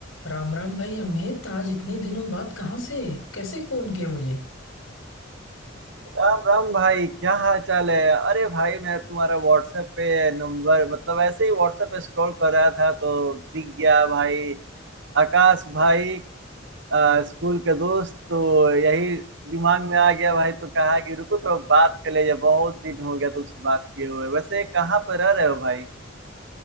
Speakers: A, on the left; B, on the right.
A: राम राम भाई अमित आज इतने दिनों बाद कहाँ से कैसे फोन किया मुझे
B: राम राम भाई क्या हाल चाल है अरे भाई मैं तुम्हारा व्हाट्सएप पे नंबर मतलब ऐसे ही व्हाट्सएप पे स्क्रॉल कर रहा था तो दिख गया भाई आकाश भाई अ, स्कूल के दोस्त तो यही दिमाग में आ गया भाई तो कहा कि रुको थोड़ा बात कर ले बहुत दिन हो गया तुमसे बात किए हुए वैसे कहाँ पर रह रहे हो भाई